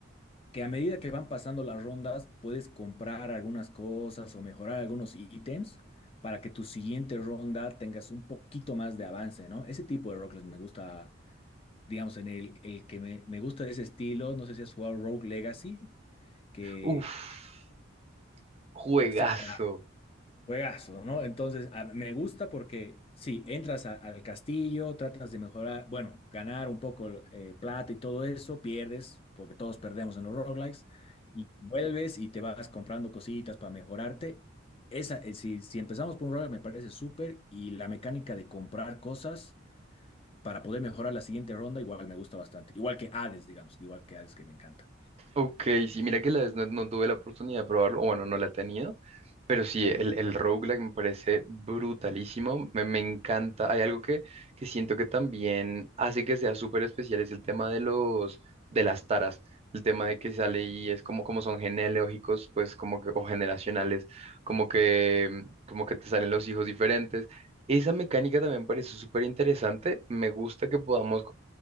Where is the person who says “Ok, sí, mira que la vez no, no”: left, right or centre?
Right